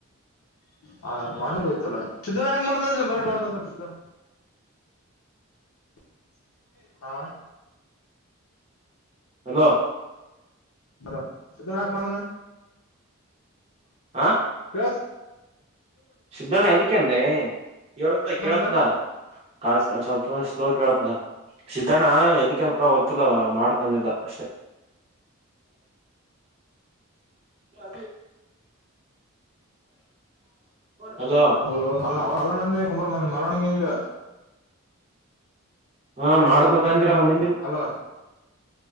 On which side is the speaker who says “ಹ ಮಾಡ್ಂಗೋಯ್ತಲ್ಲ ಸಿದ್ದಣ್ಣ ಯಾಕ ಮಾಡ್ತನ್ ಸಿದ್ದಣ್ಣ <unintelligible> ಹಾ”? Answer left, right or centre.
Left